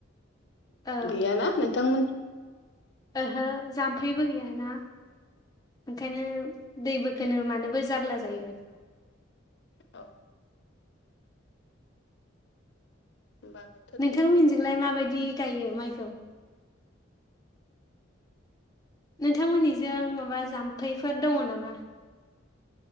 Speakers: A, on the left; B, on the left.
A: औ
B: गैयाना नोंथांमोन
A: ओहो जाम्फैबो गैयाना। ओंखायनो दैबोखोनो मानोबो जारला जायो।
B: औ होमबाबो
A: नोंथांमोननिजोंलाय माबायदि गायो माइखौ? नोंथांमोननिजों माबा जाम्फैफोर दङ नामा?